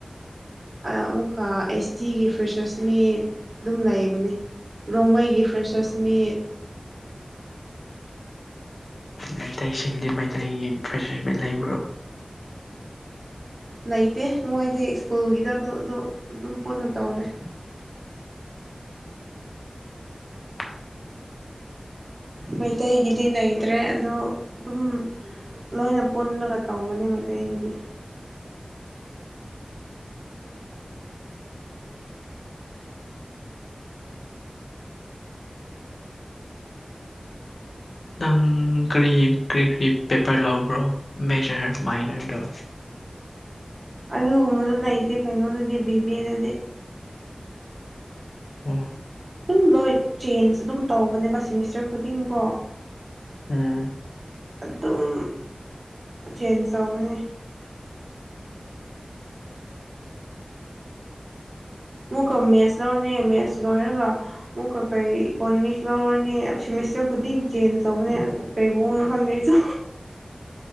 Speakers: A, on the right; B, on the left.
A: ꯑꯃꯨꯛꯀ ꯑꯦꯁ ꯇꯤꯒꯤ ꯐ꯭ꯔꯦꯁꯔꯁ ꯃꯤ ꯑꯗꯨꯝ ꯂꯩꯕꯅꯤ ꯔꯣꯡꯃꯩꯒꯤ ꯐ꯭ꯔꯦꯁꯔꯁ ꯃꯤꯠ
B: ꯃꯩꯇꯩꯁꯤꯡꯗꯤ ꯃꯩꯇꯩꯒꯤ ꯐ꯭ꯔꯦꯁ ꯂꯩꯕ꯭ꯔꯣ
A: ꯂꯩꯇꯦ ꯃꯣꯏꯗꯤ ꯁ꯭ꯀꯨꯜꯒꯤꯗ ꯑꯗꯨ ꯑꯗꯨ ꯑꯗꯨꯝ ꯄꯨꯟꯅ ꯇꯧꯔꯦ
B: ꯇꯥꯗꯦ ꯑꯃꯇꯥ <inaudible>
A: ꯃꯩꯇꯩꯒꯤꯗꯤ ꯂꯩꯇ꯭ꯔꯦ ꯑꯗꯣ ꯑꯗꯨꯝ ꯂꯣꯏꯅ ꯄꯨꯜꯂꯒ ꯇꯧꯕꯅꯦ ꯃꯩꯇꯩꯒꯤꯗꯤ
B: ꯅꯪ ꯀ꯭ꯔꯤ ꯀ꯭ꯔꯤ ꯀ꯭ꯔꯤ ꯄꯦꯄꯔ ꯂꯧꯕ꯭ꯔꯣ ꯃꯦꯖꯔ ꯃꯥꯏꯅꯔꯗꯣ
A: ꯑꯗꯨꯒꯨꯝꯕꯗꯣ ꯂꯩꯇꯦ ꯀꯩꯅꯣꯗꯗꯤ ꯕꯤꯕꯤ ꯑꯦꯗꯗꯤ
B: ꯎꯝ
A: ꯑꯗꯨꯝ ꯂꯣꯏ ꯆꯦꯟꯖ ꯑꯗꯨꯝ ꯇꯧꯕꯅꯦꯕ ꯁꯦꯃꯤꯁꯇꯔ ꯈꯨꯗꯤꯡꯀꯣ
B: ꯎꯝ
A: ꯑꯗꯨꯝ ꯆꯦꯟꯖ ꯇꯧꯕꯅꯦ ꯃꯨꯛꯀ ꯃꯦꯠꯁ ꯂꯧꯔꯅꯤ ꯃꯦꯠꯁ ꯂꯣꯏꯔꯒ ꯑꯃꯨꯛꯀ ꯀꯩ ꯏꯀꯣꯅꯣꯃꯤꯛꯁ ꯂꯧꯔꯅꯤ ꯁꯦꯃꯤꯁꯇꯔ ꯈꯨꯗꯤꯡ ꯆꯦꯟꯖ ꯇꯧꯕꯅꯦ ꯀꯩꯕꯅꯣ ꯈꯪꯗꯦ ꯑꯩꯁꯨ